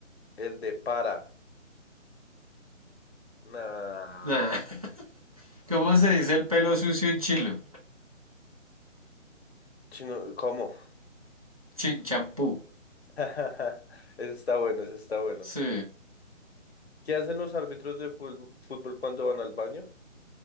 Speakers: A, on the left; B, on the right.
A: El de Paraguay. Nah.
B: Nah. <laughs> ¿Cómo se dice el pelo sucio en chilo?
A: Chino, ¿cómo?
B: Chinchampú.
A: <laughs> Ese está bueno, ese está bueno.
B: Sí.
A: ¿Qué hacen los árbitros de ful- fútbol cuando van al baño?